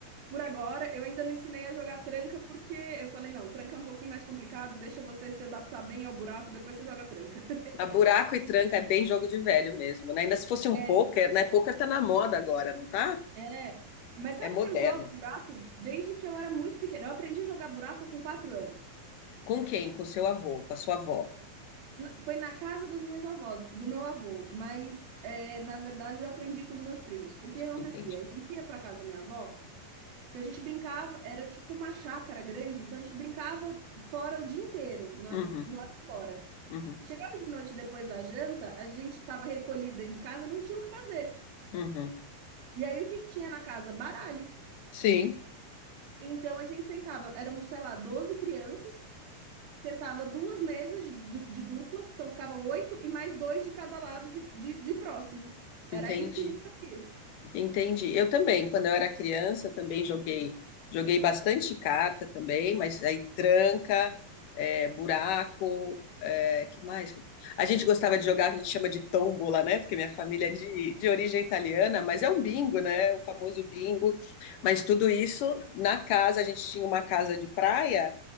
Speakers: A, on the right; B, on the left.
A: por agora, eu ainda não ensinei a jogar tranca, porque eu falei, não, tranca é um pouquinho mais complicado, deixa você se adaptar bem ao buraco, depois você joga tranca. <laughs>
B: A buraco e tranca é bem jogo de velho mesmo, né? Ainda se fosse um
A: É.
B: pôquer, né? Pôquer tá na moda agora, não tá?
A: É, mas
B: É
A: sabe
B: moderno.
A: que eu jogo buraco desde que eu era muito pequena. Eu aprendi a jogar buraco com quatro anos.
B: Com quem? Com seu avô, com a sua avó,
A: Na- Foi na casa das minhas avós, do meu avô, mas é, na verdade eu aprendi com os meus primos. Porque o que acontecia?
B: entende?
A: A gente ia para casa da minha avó, então a gente brincava, era tipo uma chácara grande, então a gente brincava fora o dia inteiro, na-
B: Uhum,
A: do lado de fora.
B: uhum,
A: Chegava de noite depois da janta, a gente estava recolhido dentro de casa, não tinha o que fazer.
B: uhum.
A: E aí o que que tinha na casa? Baralho.
B: Sim,
A: Então a gente sentava, eram, sei lá, 12 crianças. Sentava duas mesas de, de dupla, então ficava oito e mais dois de cada lado de, de, de próximo.
B: entendi.
A: Era isso que a gente fazia.
B: Entendi. Eu também, quando eu era criança, eu também joguei, joguei bastante carta também, mas aí tranca, é, buraco, é, que mais? A gente gostava de jogar, que a gente chama de tombola, né? Porque minha família é de, de origem italiana, mas é um bingo, né? O famoso bingo. Mas tudo isso na casa, a gente tinha uma casa de praia